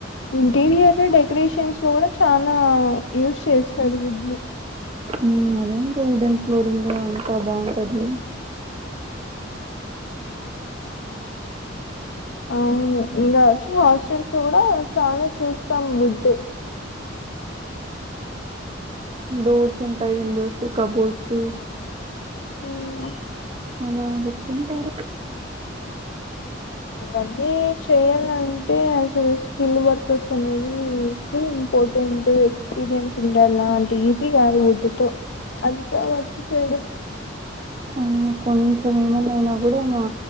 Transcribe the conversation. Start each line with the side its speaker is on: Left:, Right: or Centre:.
Left: ఇంటీరియర్ డెకరేషన్స్ లో కూడా చాల యూస్ చేస్తారు వుడ్ ని
Right: ఉ అదే ఇంకా వుడెన్ ఫ్లోరింగ్ అంతా బాగుంటది
Left: ఆ ఇంగా వచ్చి హాస్టల్స్ కూడా చాలా చూస్తాం వడ్
Right: స్ర్స్ ఉంటాయి విండోస్ కబోర్డ్స్
Left: ఉ
Right: అలా బెట్టింటారు
Left: ఇవన్నీ చేయాలంటే అసలు స్కిల్ వర్కర్స్ అనేది స్కిల్ ఇంపార్టెంట్ ఎక్స్పీరియన్స్ ఉండలా అంటే ఈజీ కాదు వుడ్డుతో అంత వర్క్ చేయడం
Right: ఆ, కొంచెం ఏమన్నాయినా గూడా మా